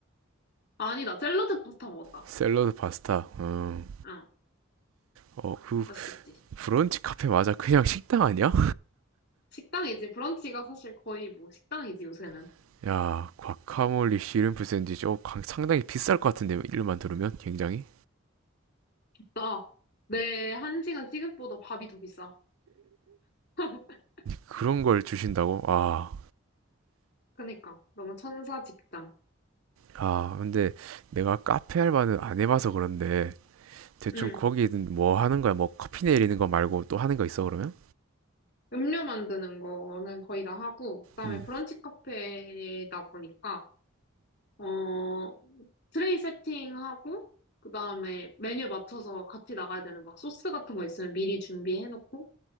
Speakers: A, on the left; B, on the right.
A: 아니다, 샐러드 파스타 먹었다.
B: 샐러드 파스타. 음.
A: 응,
B: 어, 그
A: 맛있겠지.
B: 브런치 카페 맞아? 그냥 식당 아니야?
A: 식당이지. 브런치가 사실 거의 뭐 식당이지, 요새는.
B: <laughs> 야, 과카몰리 씨름프 샌드위치. 어, 강- 상당히 비쌀 것 같은데 이름만 들으면 굉장히
A: 나, 내 한 시간 시급보다 밥이 더 비싸. <laughs>
B: 그런 걸 주신다고? 아,
A: 그니까 너무 천사 직장.
B: 아, 근데 내가 카페 알바는 안 해봐서 그런데 대충
A: 응.
B: 거기는 뭐 하는 거야? 뭐 커피 내리는 거 말고 또 하는 거 있어 그러면?
A: 음료 만드는 거는 거의 다 하고 그다음에
B: 음,
A: 브런치 카페다 보니까 어, 트레이 세팅하고, 그 다음에 메뉴 맞춰서 같이 나가야 되는 막 소스 같은 거 있으면 미리 준비해놓고,